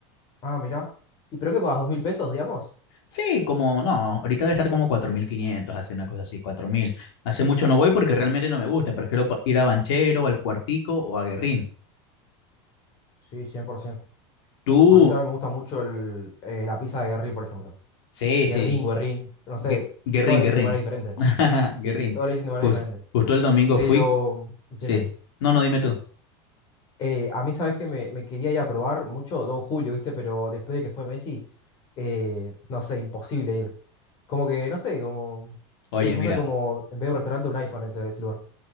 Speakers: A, on the left (about 30°); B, on the left (about 70°).
A: Ah, mira. ¿Y pero qué pagas? ¿Dos mil pesos, digamos?
B: Sí, como no, ahorita debe estar como 4.500, hace una cosa así, 4.000. Hace mucho no voy porque realmente no me gusta, prefiero pa- ir a Banchero, o al Cuartico o a Guerrín.
A: Sí, 100%.
B: Tú,
A: A mí también me gusta mucho el, eh, la pizza de Guerrín, por ejemplo.
B: sí,
A: Guerrín,
B: sí.
A: Guerrín, no sé,
B: Gue- Guerrín,
A: todos le
B: Guerrín.
A: dicen de manera diferente.
B: <laughs>
A: Sí,
B: Guerrín.
A: sí, todos le dicen de manera
B: Jus-
A: diferente.
B: justo el domingo
A: Pero,
B: fui.
A: decime,
B: Sí. No, no, dime tú.
A: eh, a mí sabes que me, me quería ir a probar mucho Don Julio, ¿viste? Pero después de que fue Messi, eh, no sé, imposible ir. Como que, no sé, como...
B: Oye,
A: Empezó
B: mira.
A: a ser como, en vez de un restaurante, un iPhone ese, ese lugar.